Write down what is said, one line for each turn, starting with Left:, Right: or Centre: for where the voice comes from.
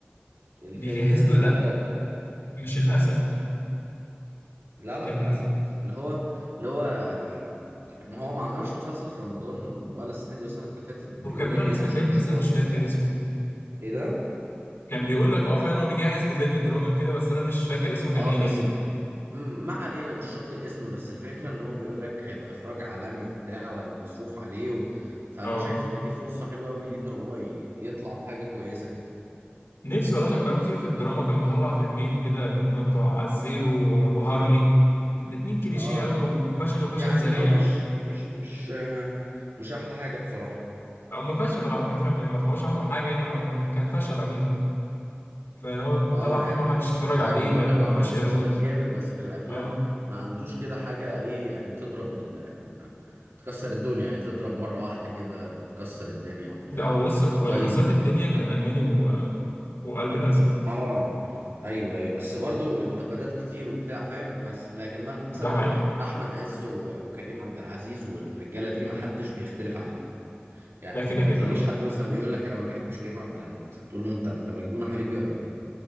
Right: الفيلم
Left: بيجهز
Right: ده بيقول
Left: له لا
Right: لك آه،
Left: مش الاسد
Right: لا لا
Left: كان
Right: الأسد اللي هو اللي هو آه، ما هو ما عملش مسلسل في رمضان ولا السنة دي والسنة اللي فاتت بيقول
Left: هو كان بيقول
Right: لك
Left: على
Right: يعني
Left: اسم
Right: عشان
Left: فيلم
Right: مش
Left: بس
Right: فاضي
Left: انا مش فاكر
Right: وبتاع
Left: اسمه
Right: ايه ده؟
Left: كان بيقول لك اه فعلا هو بيجهز لفيلم درامي وكده بس انا مش فاكر اسمه كان
Right: اه
Left: ايه
Right: بس
Left: يعني
Right: ب- مم، ما علينا مش شرط الاسم بس الفكرة ان هو بيقول لك هيبقى اخراج عالمي وبتاع وهيبقى مصروف عليه و... فانا
Left: اه
Right: شايف ان دي فرصة حلوة قوي ليه ان هو ي... يطلع بحاجة كويسة يعني
Left: نفسي والله عشان بقاله كتير في الدراما كان مطلع فيلمين كده اللي هم بتوع الزيرو وهارلي الاتنين كليشيه
Right: اه
Left: قوي وفشل وفشل
Right: يعني
Left: ذريع
Right: اه مش
Left: يعني
Right: مش مش آه، مش احلى حاجة بصراحة
Left: هم فشلوا على فكرة ما ما طلعوش عملوا حاجة يعني هو كان كان فشل عموما فهو
Right: اه
Left: طلع فيلم
Right: يعني
Left: محدش اتفرج
Right: زي
Left: عليه
Right: ما بقول
Left: ما,
Right: لك
Left: ما
Right: هو
Left: عملش
Right: في المسلسلات
Left: إيرادات
Right: جامد بس في الافلام
Left: اه
Right: ما عندوش كده حاجة ايه يعني تضرب ال... تكسر الدنيا يعني تضرب مرة واحدة كده تكسر الدنيا وبتاع
Left: لا هو بص واللي
Right: طيب
Left: كسرت الدنيا كان الألماني و... وقلب الأسد
Right: اه ايوه ايوه بس برضو انتقادات كتير وبتاع فاهم بس لكن
Left: ده
Right: مثلا
Left: حقيقي
Right: احمد عز و- وكريم عبد العزيز والرجاله دي ما حدش بيختلف عليهم يعني
Left: ده كده
Right: ما
Left: كده
Right: تلاقيش
Left: اه
Right: حد مثلا بيقول لك انا ما بحبش كريم عبد العزيز هتقول له انت انت مجنون يا حبيبي ولا ايه